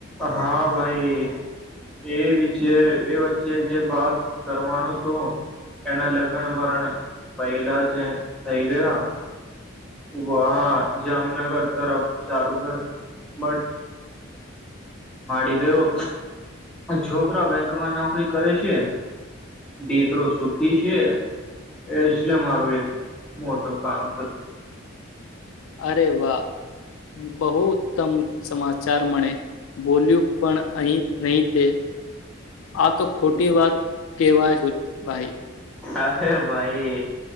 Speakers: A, in the centre; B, on the left.
A: હા ભાઈ એ વિચ એ વચ્ચે જે વાત કરવાનું તો એના લગન ભરણ પહેલા જ થઈ ગયા વાહા જામનગર તરફ સારું ઘર મળ ડી ગયયો છોકરા બેંકમાં નોકરી કરે છે દીકરો સુખી છે એલે મારું એક મોટું કામ પું
B: અરે વાહ બહુ ઉત્તમ સમાચાર મળે બોલ્યું પણ અહી નહી તે આ તો ખોટી વાત કેહેવાય ભાઈ
A: અરે ભાઈ